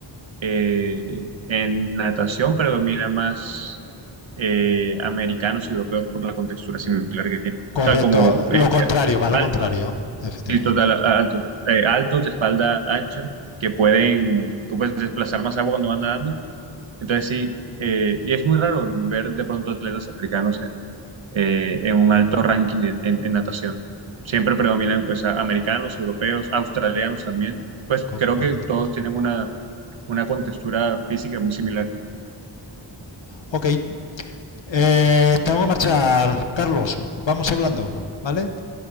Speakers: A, on the right (about 75°); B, on the left (about 70°).
A: Eh, en natación predomina más eh, americanos y europeos por la contextura similar que tienen. O
B: Correcto,
A: sea, como
B: lo
A: eh,
B: contrario, va lo
A: altos,
B: contrario, efectivamente.
A: y total, altos, eh, altos de espalda ancha, que pueden como pues, desplazar más agua cuando van nadando. Entonces sí, eh, y es muy raro ver de pronto atletas africanos en, eh, en un alto ranking en, en- en natación. Siempre predominan pues a- americanos, europeos, australianos también. Pues
B: Co-
A: creo
B: correcto.
A: que todos tienen una una contextura física muy similar.
B: Ok, eh, tengo que marchar, Carlos. Vamos hablando, ¿vale?